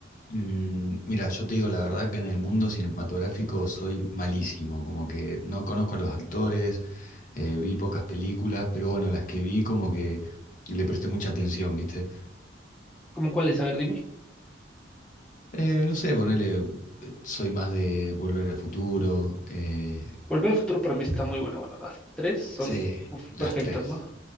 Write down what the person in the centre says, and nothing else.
¿Cómo cuáles? A ver, dime.
Volver al futuro para mí está muy buena. Bueno, las tres son
uf,
perfectas,
¿no? Ok,